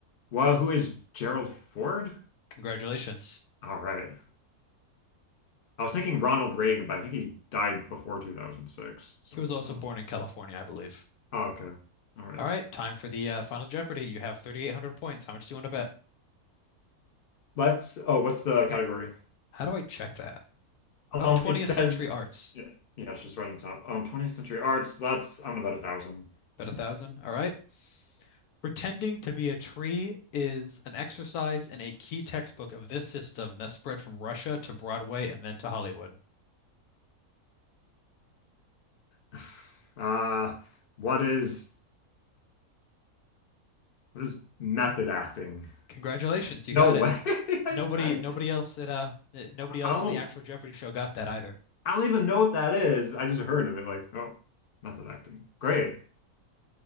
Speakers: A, on the left (about 50°); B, on the left (about 80°).
A: Well, who is Gerald Ford?
B: Congratulations.
A: All right. I was thinking Ronald Reagan, but I think he died before 2006. So,
B: He was also
A: oh,
B: born in California, I believe.
A: Oh, okay. All right.
B: All right, time for the uh, Final Jeopardy. You have 3,800 points. How much do you want to bet?
A: Let's, oh, what's the category?
B: How do I check that?
A: Um,
B: Oh, 20th
A: it says,
B: Century Arts.
A: yeah, yeah, it's just right on top. Um, 20th century arts. That's, I'm about a thousand.
B: Bet a thousand. All right. Pretending to be a tree is an exercise in a key textbook of this system that spread from Russia to Broadway and then to Hollywood.
A: <laughs> Uh, what is, what is method acting?
B: Congratulations, you
A: No
B: got
A: way.
B: it.
A: <laughs> I,
B: Nobody,
A: I,
B: nobody else at uh, nobody
A: I
B: else
A: don't
B: on
A: know.
B: the actual Jeopardy show got that either.
A: I don't even know what that is. I just heard of it. Like, oh, method acting. Great.